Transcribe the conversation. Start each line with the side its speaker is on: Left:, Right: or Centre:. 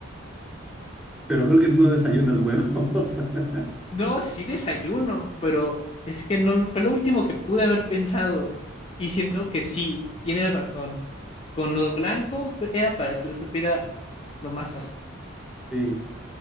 Centre: Pero creo que no desayunas huevos. <laughs>
Left: No, sí desayuno, pero es que no lo- fue lo último que pude haber pensado. Y siento que sí, tienes razón. Con lo blanco que era para que lo supiera lo más fácil.
Centre: Sí,